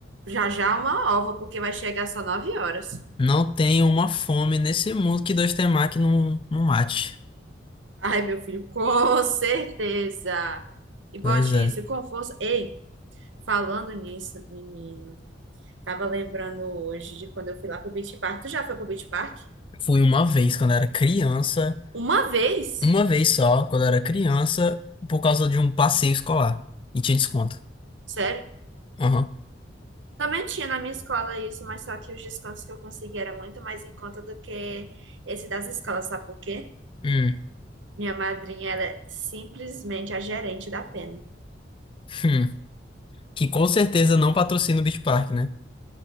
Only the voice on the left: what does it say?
Não tem uma fome nesse mundo que dois temaki que não, não mate.
Pois é.
Fui uma vez quando era criança,
uma vez só, quando era criança, por causa de um passeio escolar. E tinha desconto.
Aham.
Hum,
hum. Que com certeza não patrocina o Beach Park, né?